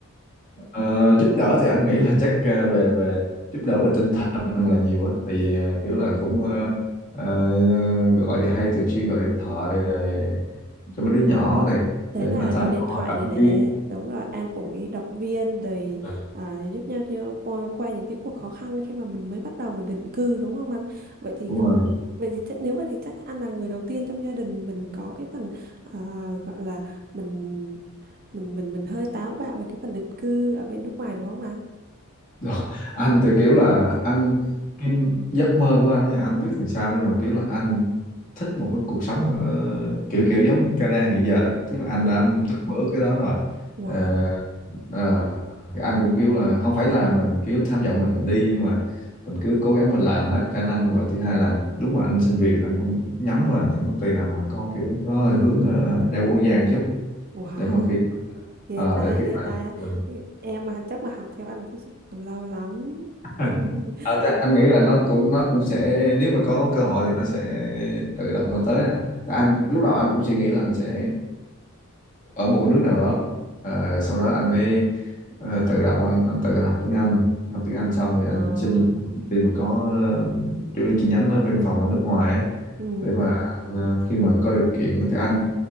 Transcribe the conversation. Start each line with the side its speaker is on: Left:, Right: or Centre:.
Left: Ờ, giúp đỡ thì anh nghĩ là chắc ờ, về về giúp đỡ về tinh thần là nhiều á tại vì ờ, kiểu
Right: Ừ.
Left: là cũng ờ, ờ, gọi thì hay thường xuyên gọi điện thoại rồi cho mấy đứa
Right: À,
Left: nhỏ này
Right: Thế
Left: để
Right: là
Left: mà thăm
Right: gọi điện
Left: hỏi
Right: thoại
Left: động
Right: để để
Left: viên
Right: đúng rồi an ủi động viên rồi
Left: Ờ,
Right: à, giúp nhau nhau qua, qua những cái cuộc khó khăn khi mà mình mới bắt đầu mình định cư đúng không anh? Vậy thì
Left: đúng
Right: còn-
Left: rồi <laughs>
Right: vậy thì chắc, nếu vậy thì chắc anh là người đầu tiên trong gia đình mình có cái phần à, gọi là mình mình mình mình hơi táo bạo về cái phần định cư ở bên nước ngoài đúng không Lan?
Left: Đó. anh thì kiểu là anh cái giấc mơ của anh nha anh không biết làm sao nhưng mà kiểu là anh thích một cái cuộc sống ờ, kiểu kiểu giống Canada hiện giờ đó tức là anh
Right: Ừ.
Left: đã mơ ước cái đó rồi
Right: Wow,
Left: Ờ, Ờ, thì anh cũng kiểu là không phải là mình kiểu tham vọng mình đi nhưng mà mình cứ cố gắng mình làm hết khả năng và thứ hai là lúc mà anh xin việc anh cũng nhắm là những công ty nào mà có kiểu có hơi hướng ờ, đa quốc gia một chút
Right: wow,
Left: để mà khi
Right: ghê
Left: ờ,
Right: ta,
Left: để khi
Right: ghê
Left: mà
Right: ta.
Left: mình
Right: Em mà chắc mà học theo anh thì chắc còn lâu lắm.
Left: <laughs>
Right: <laughs>
Left: Ờ, ta- anh nghĩ là nó cũng nó cũng sẽ nếu mà có cơ hội thì nó sẽ tự động nó tới à. Tại anh lúc đầu anh cũng suy nghĩ là anh sẽ ở một cái nước nào đó Ờ, sau đó anh mới ờ, tự đọc anh, anh tự học tiếng Anh học tiếng Anh xong thì anh
Right: Ừ. À,
Left: xin vô một công ty mà có ờ, chi chi nhánh ở văn phòng ở nước ngoài á
Right: Ừ,
Left: để mà ờ, khi mà có điều kiện thì anh